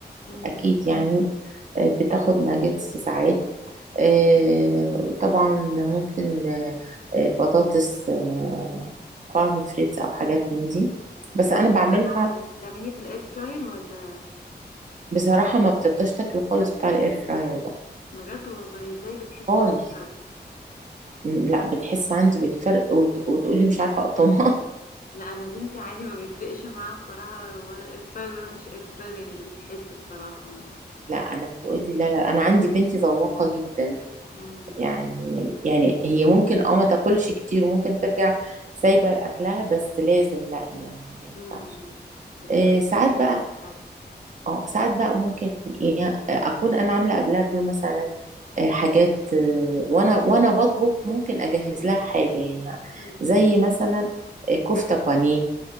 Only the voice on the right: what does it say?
اكيد يعني آه، بتاخد ناجتس ساعات آه، طبعا ممكن آه، آه، بطاطس آه، فارم فريتس او حاجات من دي بس
انا بعملها
بصراحه ما بترضاش تاكله خالص بتاع الاير فراير ده
خالص
م- لا بتحس عندي بالفرق وت... وتقولي مش عارفه اقطمها
<laughs> لا انا بتقولي لا لا انا عندي بنتي ذواقه جدا
يعني يعني هي ممكن اه ما تاكلش كتير وممكن ترجع سايبه اكلها بس لازم لا يعني ما ينفعش
إيه ساعات
بقى
اه ساعات بقى ممكن ايه اكون انا عامله قبلها بيوم مثلا آه، حاجات آه، وانا وانا بطبخ ممكن اجهز لها حاجه يعني
زي مثلا آه، كفته بانيه